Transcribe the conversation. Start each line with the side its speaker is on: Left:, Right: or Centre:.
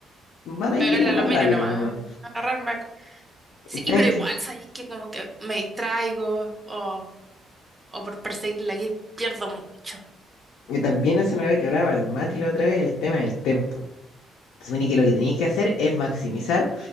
Left: matáis
Right: Pegarle
Left: minions
Right: al
Left: más
Right: aluminio
Left: rápido
Right: nomás.
Left: nomás.
Right: Agarrarme. a- Sí,
Left: Tenés
Right: pero
Left: que-
Right: igual, sabes que como que me distraigo o o por perseguir la guild pierdo mucho.
Left: Y también eso no había que hablaba el Mati la otra vez, el tema del tiempo. Se supone que lo que tenéis que hacer es maximizar